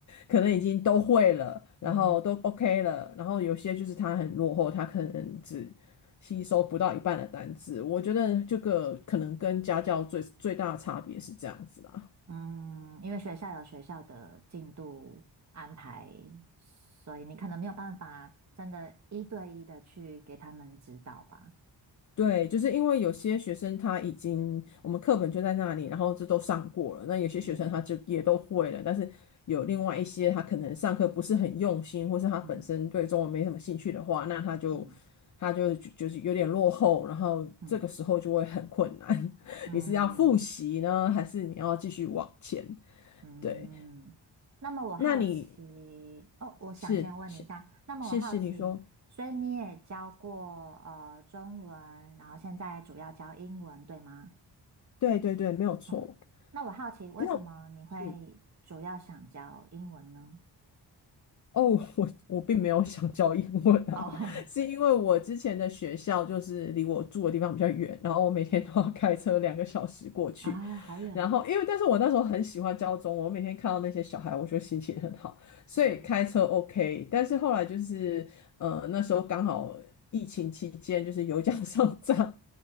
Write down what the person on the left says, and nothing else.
可能已经都会了，然后都
OK 了，然后有些就是他很落后，他可能只。吸收不到一半的单字，我觉得这个可能跟家教最最大的差别是这样子啦。
对，就是因为有些学生他已经我们课本就在那里，然后这都上过了。那有些学生他就也都会了，
但是有另外一些他可能上课不是很用心，
或是他本身对中文没什么兴趣的话，
那他就
他就就是有点落后，然后这个时候就会很困难。
<laughs>
你是要复习呢，还是你要继续往前？
对，
那你
是是
是是你说
对对对，没有错。
那是哦，<laughs> 我我并没有想教英文啊，
<laughs> 是因为我之前的学校就是离我住的地方比较远，然后我每天都要开车两个小时过去。
然后因为，但是我那时候很喜欢教中文，我每天看到那些小孩，我觉得心情很好，所以开车
OK。但是后来就是，呃，那时候刚好疫情期间，就是油价 <laughs> 上涨，